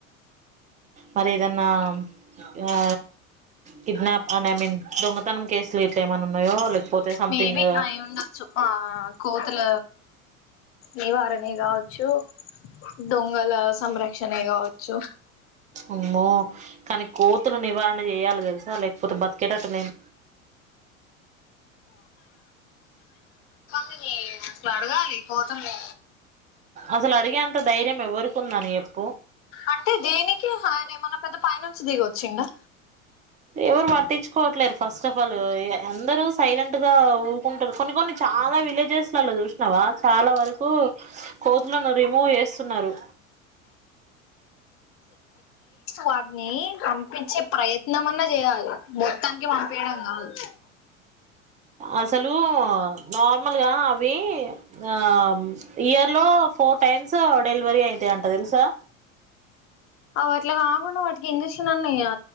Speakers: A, on the right (about 20°); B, on the left (about 30°).
A: మరి ఏదన్నా ఆ కిడ్నాప్ అండ్ ఐ మీన్ దొంగతనం కేసులు ఇట్లా ఏమన్నా ఉన్నాయో లేకపోతే సంథింగ్
B: మేబి అయి ఉండొచ్చు ఆ కోతుల నివారణే కావచ్చు దొంగల సంరక్షణే కావచ్చు
A: అమ్మో కానీ కోతులు నివారణ చేయాలి తెలుసా లేకపోతే బతికేతట్టట్ లేం
B: అసల్ అడగాలి కోతుల్ని
A: అసలు అడిగేంత ధైర్యం ఎవరుకు ఉందని ఎప్ ప్పు
B: అంటే దేనికి ఆయన ఏమనా పెద్ద పై నుంచి దిగొచ్చిండా
A: ఎవరు పట్టించుకోవట్లేర్ ఫస్ స్ట్ ఆఫ్ ఆల్ ఎందరూ సైలెంట్ గా ఊకుంటరు కొన్ని కొన్ని చాలా విలేజెస్లలో, చూసినవా చాలా వరకు కోతులను రిమూవ్ చేస్తున్నారు.
B: వాడ్ని కమ్ పిచ్చే ప్రయత్నం అన్న చేయా మొత్తానికి పంపియడం కాద్
A: అసలు నార్మల్గా అవి ఆ ఇయర్ లో ఫోర్ టైమ్స్ డెలివరీ అయితాయింట తెలుసా.
B: అవు అట్లా కాకుండా వాటికి ఇంజెక్షన్ అన్నా ఏయా